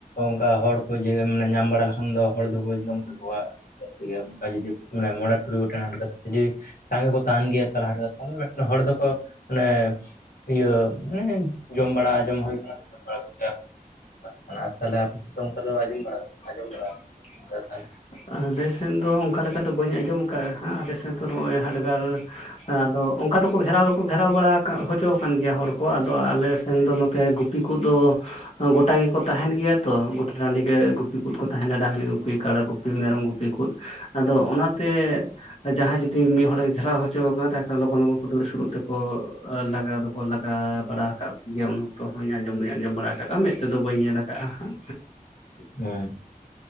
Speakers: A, on the left; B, on the left.
A: ᱚᱝᱠᱟ ᱦᱚᱲ ᱠᱚ ᱡᱮ ᱢᱟᱱᱮ ᱧᱟᱢ ᱵᱟᱲᱟ ᱞᱮᱠᱷᱟᱱ ᱫᱚ ᱦᱚᱲ ᱫᱚᱠᱚ ᱡᱚᱢ ᱠᱮᱠᱚᱣᱟ ᱜᱮ ᱚᱝᱠᱟ ᱡᱩᱫᱤ ᱢᱚᱬᱮ ᱛᱩᱨᱩᱭ ᱜᱚᱴᱮᱱ ᱦᱟᱰᱜᱟᱨ ᱛᱮ ᱡᱩᱫᱤ ᱥᱟᱸᱜᱮ ᱠᱚ ᱛᱟᱦᱮᱸᱱ ᱜᱮᱭᱟ ᱛᱟᱞᱟ ᱦᱚᱲ ᱫᱚᱠᱚ ᱢᱟᱱᱮ ᱤᱭᱟᱹ ᱢᱟᱱᱮ ᱡᱚᱢ ᱵᱟᱲᱟ ᱟᱸᱡᱚᱢ ᱦᱩᱭ ᱠᱟᱱᱟ ᱵᱟᱲᱟ ᱦᱩᱭ ᱠᱟᱱᱟ ᱟᱨ ᱛᱟᱦᱞᱮ ᱟᱯᱮ ᱥᱮᱫ ᱫᱚ ᱚᱱᱠᱟ ᱫᱚ ᱟᱸᱡᱚᱢ ᱵᱟᱲᱟ
B: <inaudible>
A: ᱟᱸᱡᱚᱢ ᱵᱟᱲᱟ ᱛᱟᱦᱚᱞᱮ
B: ᱟᱞᱮ ᱥᱮᱫ ᱫᱚ ᱚᱝᱠᱟ ᱞᱮᱠᱟ ᱫᱚ ᱵᱟᱹᱧ ᱟᱸᱡᱚᱢ ᱟᱠᱟᱫᱼᱟ ᱦᱟᱸᱜ ᱟᱞᱮᱥᱮᱫ ᱫᱚ ᱱᱚᱜᱼᱚᱭ ᱦᱟᱰᱜᱟᱨ ᱟᱫᱚ ᱚᱝᱠᱟ ᱫᱚᱠᱚ ᱜᱷᱮᱨᱟᱣ ᱫᱚᱠᱚ ᱜᱷᱮᱨᱟᱣ ᱵᱟᱲᱟ ᱦᱚᱪᱚᱣ ᱟᱠᱟᱱ ᱜᱮᱭᱟ ᱦᱚᱲ ᱠᱚ ᱠᱚ ᱟᱫᱚ ᱟᱞᱮ ᱥᱮᱱ ᱫᱚ ᱱᱚᱛᱮ ᱜᱩᱯᱤ ᱠᱚᱫᱚ ᱜᱚᱴᱟ ᱜᱮᱠᱚ ᱛᱟᱦᱮᱸᱱ ᱜᱮᱭᱟ ᱛᱚ᱾ ᱨᱟᱺᱰᱤ ᱜᱮ ᱜᱩᱯᱤ ᱠᱚ ᱠᱚ ᱛᱟᱦᱮᱸᱱᱟ ᱰᱟᱝᱨᱤ ᱜᱩᱯᱤ ᱠᱟᱲᱟ ᱜᱩᱯᱤ ᱢᱮᱨᱚᱢ ᱜᱩᱯᱤ ᱠᱚ᱾ ᱟᱫᱚ ᱚᱱᱟ ᱛᱮ ᱡᱟᱸᱦᱟᱸᱭ ᱡᱩᱫᱤ ᱢᱤᱫ ᱦᱚᱲᱮ ᱜᱷᱮᱨᱟᱣ ᱦᱚᱪᱚ ᱠᱟᱱᱟ ᱛᱟᱦᱚᱞᱮ ᱞᱚᱜᱚᱱ ᱞᱚᱜᱚᱱ ᱠᱚ ᱫᱟᱹᱲ ᱥᱩᱨᱩᱜ ᱛᱮᱠᱚ ᱞᱟᱜᱟ <inaudible> ᱠᱚ ᱞᱟᱜᱟ ᱵᱟᱲᱟ ᱟᱠᱟᱫ ᱠᱚᱜᱮᱭᱟ ᱩᱱ ᱚᱠᱛᱚ ᱦᱚᱸᱧ ᱟᱸᱡᱚᱢ ᱫᱚᱧ ᱟᱸᱡᱚᱢ ᱵᱟᱲᱟ ᱟᱠᱟᱫᱼᱟ ᱢᱮᱫ ᱛᱮᱫᱚ ᱵᱟᱹᱧ ᱧᱮᱞ ᱟᱠᱟᱫᱼᱟ ᱦᱟᱸᱜ᱾
A: ᱦᱮᱸ᱾